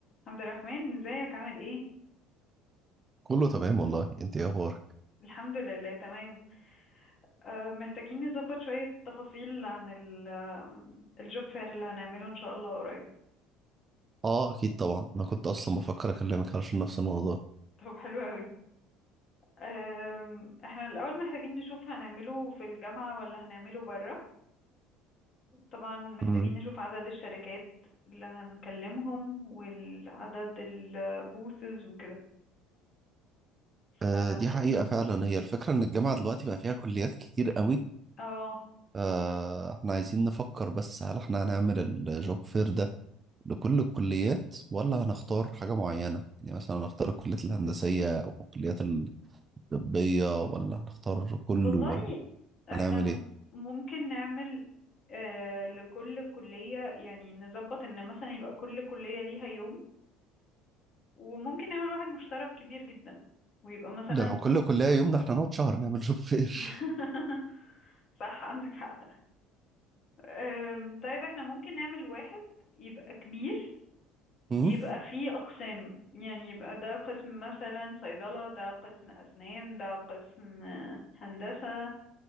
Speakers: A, on the left (about 35°); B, on the right (about 20°).
A: عبد الرحمن ازيك عامل ايه
B: كله تمام والله انت ايه اخبارك
A: الحمد لله تمام أه محتاجين نظبط شوية تفاصيل عن ال الجوب فير اللي هنعمله ان شاء الله قريب
B: اه اكيد طبعا انا كنت اصلا بفكر اكلمك علشان نفس الموضوع
A: طب حلو قوي أه احنا الاول محتاجين نشوف هنعمله في الجامعة ولا هنعمله برا طبعا محتاجين
B: امم
A: نشوف عدد الشركات اللي هنكلمهم والعدد البوثز وكده
B: آه
A: ف
B: دي حقيقة فعلا هي الفكرة ان الجامعة دلوقتي بقى فيها كليات كتير قوي
A: اه
B: آه احنا عايزين نفكر بس هل احنا هنعمل الجوب فير ده لكل الكليات ولا هنختار حاجة معينة يعني مثلا هنختار الكليات الهندسية او الكليات الطبية ولا هنختار كله
A: والله
B: ولا
A: احنا
B: هنعمل
A: مم-
B: ايه
A: ممكن نعمل آه لكل كلية يعني نظبط ان مثلا يبقى كل كلية ليها يوم وممكن نعمل واحد مشترك كبير جدا ويبقى مثلا
B: ده لو كل كلية يوم ده احنا نقعد شهر نعمل جوب فير
A: <laughs> صح عندك حق آم، طيب احنا ممكن نعمل واحد يبقى كبير
B: <laughs> مم؟
A: يبقى فيه أقسام يعني يبقى ده قسم مثلا صيدلة ده قسم أسنان ده قسم آه، هندسة